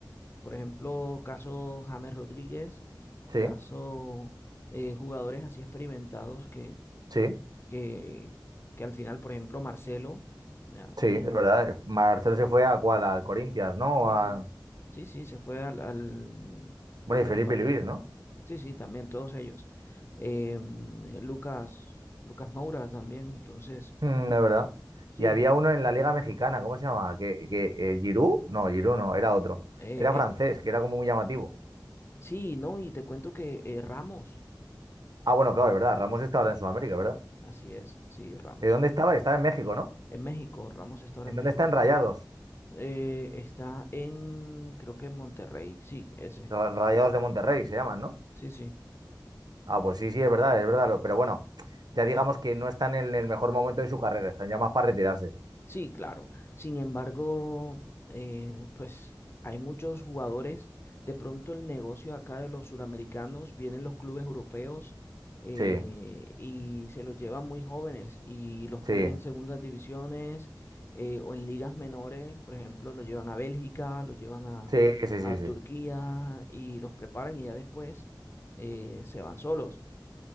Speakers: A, on the left; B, on the right.
A: por ejemplo, caso James Rodríguez,
B: Sí,
A: caso eh, jugadores así experimentados que,
B: sí,
A: que, que al final, por ejemplo, Marcelo, ¿ya?
B: sí,
A: Y
B: es verdad. Marcelo se fue a cuál, al Corinthians, ¿no?
A: sí,
B: A-
A: sí. Sí, sí, se fue al, al- creo
B: Bueno,
A: que
B: y Felipe
A: pa-
B: Luis, ¿no?
A: Sí, sí, también todos ellos. Eh, Lucas, Lucas Moura también, entonces,
B: Mm, es verdad.
A: sí,
B: Y había uno en la Liga Mexicana, ¿cómo se llamaba? ¿Que, que, eh, Giroud? No, Giroud no, era otro.
A: eh,
B: Era
A: eh,
B: francés, que era como muy llamativo.
A: sí, no, y te cuento que eh, Ramos,
B: Ah, bueno, claro, es verdad. Ramos está ahora en Sudamérica, ¿verdad?
A: así es, sí, Ramos,
B: ¿De dónde estaba? Estaba en México, ¿no?
A: en México, Ramos está ahora
B: ¿En
A: en
B: dónde
A: México,
B: están Rayados?
A: Eh, está en, creo que en Monterrey, sí, ese,
B: Ra- Rayados de Monterrey se llaman, ¿no?
A: sí, sí.
B: Ah, pues sí, sí, es verdad, es verdad. lo- Pero bueno, ya digamos que no están en el mejor momento de su carrera, están ya más para retirarse.
A: Sí, claro. Sin embargo, eh, pues hay muchos jugadores. De pronto el negocio acá de los suramericanos, vienen los clubes europeos eh,
B: Sí,
A: y se los llevan muy jóvenes y los ponen
B: sí,
A: en segundas divisiones eh, o en ligas menores. Por ejemplo, los llevan a Bélgica, los llevan a,
B: sí, sí, sí,
A: a Turquía
B: sí.
A: y los preparan y ya después eh, se van solos.